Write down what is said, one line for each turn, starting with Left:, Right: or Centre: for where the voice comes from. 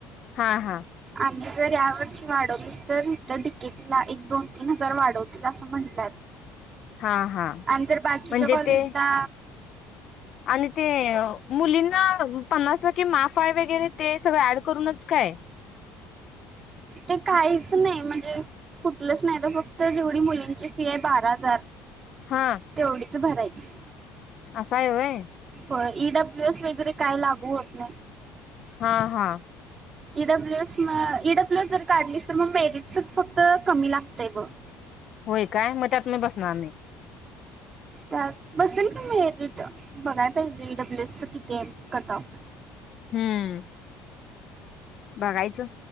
Left: हा हा
Right: आणि जर या वर्षी वाढवली तर इथ डी के टी ला एक, दोन, तीन हजार वाढवतील. अस म्हंटल्यात
Left: हा हा
Right: आणि जर बाकीचे
Left: म्हणजे
Right: कॉलज
Left: ते
Right: ला
Left: आणि ते मुलींना पन्नास कि माफा आहे वगैरे ते सगळं ऍड करूनच काय?
Right: ते काहीच नाही म्हणजे कुठलंच नाही त फक्त जेवढी मुलींची फी आहे बारा हजार
Left: हा.
Right: तेवढीच भरायची
Left: आस आय होय?
Right: होय ई डब्ल्यू एस वगैरे काय लागू होत नाही.
Left: हा हा.
Right: E W S- E W S जर काढलीस तर मग मेरिट फक्त कमी लागतय बग
Left: होय काय? मग त्यात मी बसणार नाही.
Right: त्यात बसल की मेरिट बघाय पाहिजे ई डब्ल्यू एस च किती ये कट ऑफ
Left: हम्म. बघायचं.